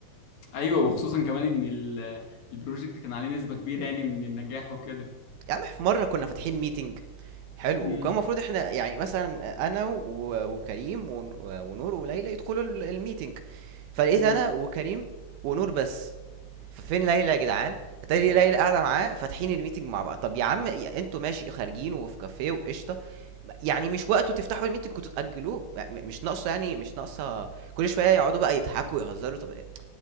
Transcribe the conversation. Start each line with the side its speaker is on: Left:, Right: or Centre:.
Left: ايوه وخصوصا كمان ان ال- البروجكت كان عليه نسبه كبيره يعني من النجاح وكده
Right: يا عم في مره كنا فاتحين ميتنج حلو،
Left: امم
Right: وكان المفروض إحنا يعني مثلًا أنا و وكريم ون ونور وليلى يدخلوا ال الmeeting، فلقيت
Left: امم
Right: أنا وكريم ونور بس، ففين ليلى يا جدعان؟ أتاري ليلى قاعدة معاه فاتحين الmeeting مع بعض، طب يا عم ي أنتم ماشي خارجين وفي كافيه وقشطة، م يعني مش وقته تفتحوا الmeeting كنتم تأجلوه، م مش ناقصة يعني مش ناقصة كل شوية يقعدوا بقى يضحكوا ويهزروا، طب إيه؟